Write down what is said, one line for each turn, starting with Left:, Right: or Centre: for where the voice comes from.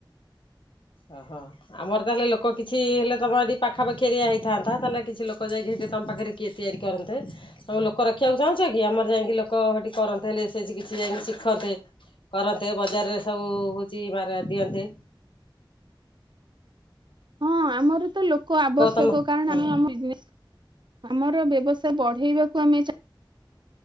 Left: ଅ ହ। ଆମର ତାହେଲେ ଲୋକ କିଛି ହେଲେ ତମ ଯଦି ପାଖା ପାଖି ଏରିଆ ହେଇଥାନ୍ତା ତାହେଲେ କିଛି ଲୋକ ଯାଇକି ତମ ପାଖରେ କିଏ ତିଆରି କରନ୍ତେ? ତମେ ଲୋକ ରଖିବାକୁ ଚାହୁଁଛ କି ଆମର ଯାଇକି ଲୋକ କରନ୍ତେ ହେଲେ ସେଇଠି କିଛି ଯାଇକି ଶିଖନ୍ତେ। କରନ୍ତେ ବଜାରରେ ସବୁ ହଉଛି ଦିଅନ୍ତେ।
Right: ହଁ ଆମର ତ ଲୋକ ଆବଶ୍ୟକ
Left: ତମ
Right: କାରଣ
Left: ହଁ
Right: ଆମ ବିଜ୍ ଆମର ବ୍ୟବସାୟ ବଢ଼େଇବାକୁ ଆମେ ଚାହୁଁ।